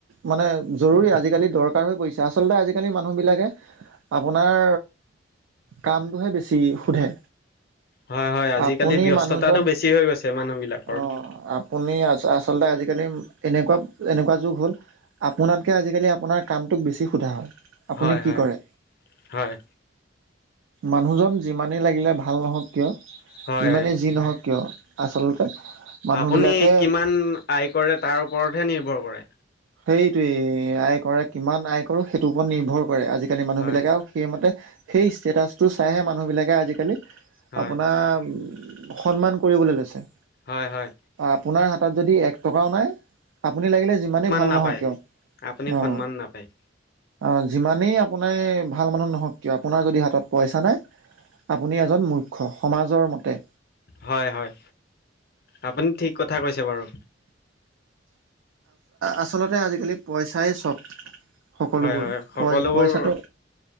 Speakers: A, on the right; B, on the left.
A: মানে জৰুৰী আজিকালি দৰকাৰ হৈ পৰিছে, আচলতে আজিকালি মানুহবিলাকে আপোনাৰ কামটোহে বেছি সোধে।
B: হয়, হয় আজিকালি
A: আপুনি
B: ব্যস্ততাটো
A: মানুহজন
B: বেছি হৈ গৈছে মানুহ বিলাকৰ।
A: অ', আপুনি আচলতে আজিকালি এনেকুৱা, এনেকুৱা যুগ হ'ল। আপোনাতকে আজিকালি, আপোনাৰ কামটোক বেছি সোধা হয়। আপুনি
B: হয়
A: কি
B: হয়
A: কৰে
B: হয়
A: মানুহজন যিমানেই লাগিলে ভাল নহওঁক।
B: হয়
A: যিমানেই যি নহওঁক কিয় আচলতে। মানুহবিলাকে
B: আপুনি কিমান আয় কৰে তাৰ ওপৰতহে নিৰ্ভৰ কৰে।
A: সেইটয়েই আয় কৰে, কিমান আয় কৰো, সেইটোৰ ওপৰত নিৰ্ভৰ কৰে আজিকালি মানুহবিলাকে
B: হয়
A: আও। সেইমতে, সেই ষ্টেটাছটো চাইহে মানুহবিলাকে আজিকালি
B: হয়
A: আপোনাৰ সন্মান কৰিবলৈ লৈছে।
B: হয়, হয়।
A: আপোনাৰ হাতত যদি এক টকাও নাই, আপুনি লাগিলে যিমানেই ভাল
B: নাপায়,
A: নহওক কিয়,
B: আপুনি
A: অ'।
B: সন্মান নাপায়।
A: অ' যিমানেই আপোনাৰ ভাল মানুহ নহওঁক কিয় আপোনাৰ যদি হাতত পইচা নাই। আপুনি এজন মূৰ্খ্য সমাজৰ মতে।
B: হয়, হয় আপুনি ঠিক কথা কৈছে বাৰু।
A: আচলতে আজিকালি পইচাই চব। সকলোবোৰ
B: হয় হয় সকলোবোৰ
A: পই- পইচাটো